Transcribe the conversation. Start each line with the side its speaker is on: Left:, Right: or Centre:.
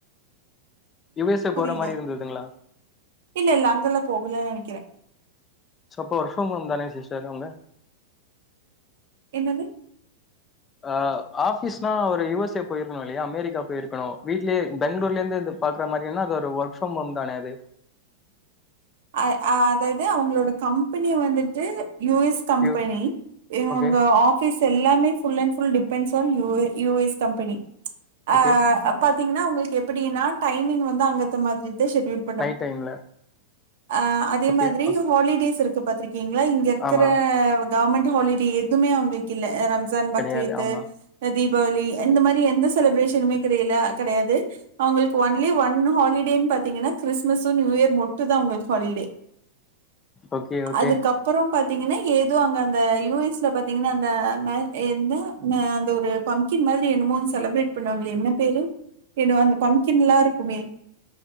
Left: யு எஸ் ஏ
Right: புரியல
Left: போற மாரி இருந்ததுங்களா
Right: இல்ல இல்ல அங்கெல்லா போகல நெனக்கிறே
Left: சோ அப்போ ஒர்க் ஃப்ரம் ஹோம் தானே சிஸ்டர் அவுங்க
Right: என்னது
Left: அ ஆஃபிஸ்னா ஒரு யு எஸ் ஏ போயிருக்கணு இல்லையா அமெரிக்கா போயிருக்கணு வீட்லே பெங்ளூர்லேருந்து இந்த பாக்குற மாரியேன அது ஒரு ஒர்க் ஃப்ரம் ஹோம் தானே அது
Right: அ அதாது அவுங்களோட கம்பெனி வந்துட்டு U S company
Left: U
Right: இவுங்க
Left: okay
Right: ஆ ஆஃபீஸ் எல்லாமே full and full depends on U a U S company அ
Left: ஓகே
Right: அ பாத் தீங்கனா அவுங்களுக்கு எப்டின்னா டைமிங் வந்து அங்கேத்து மாதி தா ஷெடியூல்
Left: நைட் டைம்ல
Right: அ அதே
Left: ஓகே
Right: மாதிரி
Left: ஓகே
Right: ஹாலிடேஸ் இருக்கு பாத்திருக்கீங்களா இங்க இருக்குற
Left: ஆமா
Right: கவர்மெண்ட் ஹாலிடே எதுமே அவுங்களுக்கு இல்ல ரம்ஜான் பக்ரீத்து
Left: கெடையாது ஆமா
Right: அ தீபாவளி இந்த மாரி எந்த செலிப்ரேஷனுமே கெடையில கெடையாது அவுங்களுக்கு ஒன்லி ஒன் ஹாலிடேன் பாத்தீங்கன்னா கிறிஸ்மஸ்ஸு நியூ இயர் மட்டு தா அவுங்களு ஹாலிடே
Left: ஓகே ஓகே
Right: அதுக்கப் அப்பறோ பாத்தீங்கன்னா ஏதோ அங்க அந்த யு எஸ் ல பாத்தீங்கன்னா அந்த மே என்ன மே அந்த ஒரு பம்கின் மாதிரி என்னமோ ஒன் செலப்ரேட் பண்ணுவாங்களே என்ன பேரு என்ன ஓ அந்த பம்கின்லா இருக்குமே